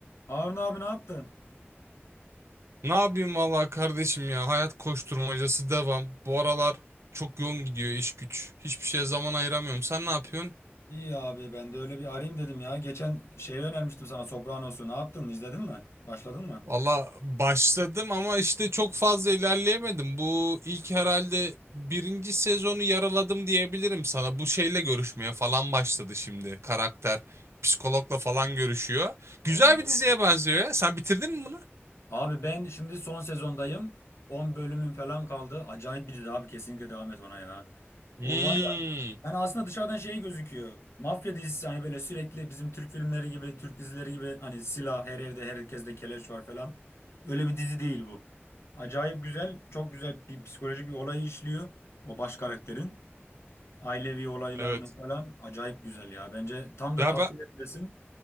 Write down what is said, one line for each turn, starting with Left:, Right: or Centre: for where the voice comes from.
Left: Harun abi ne yaptın?
Right: Ne yapayım valla kardeşim ya hayat koşturmacası devam. Bu aralar çok yoğun gidiyor iş güç. Hiçbir şeye zaman ayıramıyorum. Sen ne yapıyorsun?
Left: İyi abi ben de öyle bir arayayım dedim ya. Geçen şeyi önermiştim sana Sopranos'u. Ne yaptın? İzledin mi? Başladın mı?
Right: Valla başladım ama işte çok fazla ilerleyemedim. Bu ilk herhalde birinci sezonu yaraladım diyebilirim sana. Bu şeyle görüşmeye falan başladı şimdi karakter. Psikologla falan görüşüyor. Güzel
Left: Oo.
Right: bir diziye benziyor ya. Sen bitirdin mi bunu?
Left: Abi ben şimdi son sezondayım. 10 bölümüm falan kaldı. Acayip bir dizi abi kesinlikle devam et ona ya. O
Right: Hmm,
Left: var ya yani aslında dışarıdan şey gözüküyor. Mafya dizisi hani böyle sürekli bizim Türk filmleri gibi, Türk dizileri gibi hani silah her yerde herkeste keleş var falan. Öyle bir dizi değil bu. Acayip güzel, çok güzel bir psikolojik bir olayı işliyor o baş karakterin. Ailevi olaylarını
Right: evet.
Left: falan acayip güzel ya. Bence tam da
Right: Ya
Left: tatlı
Right: ben...
Left: yerindesin.